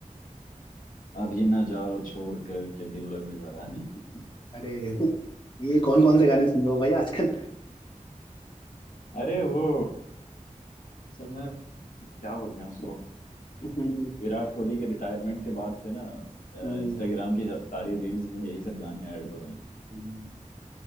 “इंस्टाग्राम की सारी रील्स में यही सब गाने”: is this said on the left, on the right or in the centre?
Left